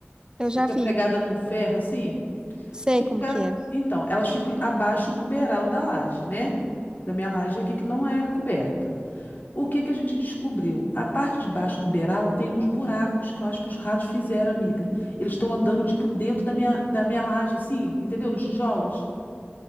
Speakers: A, on the left (about 50°); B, on the right (about 20°).
A: Que
B: Eu
A: fica
B: já vi.
A: pregada num ferro assim.
B: Sei
A: Fica,
B: como que é.
A: então, elas ficam abaixo do beiral da laje, né? Da minha laje aqui que não é coberta. O que que a gente descobriu? A parte de baixo do beiral tem uns buracos que eu acho que os ratos fizeram, amiga. Eles estão andando tipo dentro da minha da minha laje assim, entendeu? Nos tijolos.